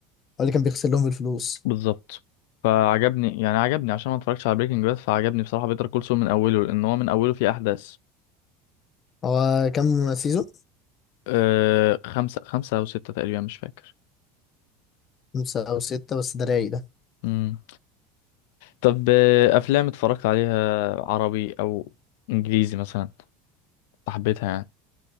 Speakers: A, on the left; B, on the left.
A: اللي كان بيغسل لهم الفلوس
B: بالظبط فعجبني يعني عجبني عشان ما اتفرجتش على بريكنج باد فعجبني بصراحة بيتر كول سول من أوله لأن هو من أوله فيه أحداث
A: هو كام سيزون
B: أه خمسة خمسة أو ستة تقريبا مش فاكر
A: خمسة او ستة بس ده رايق ده
B: مم. طب آه، أفلام اتفرجت عليها عربي أو إنجليزي مثلا حبيتها يعني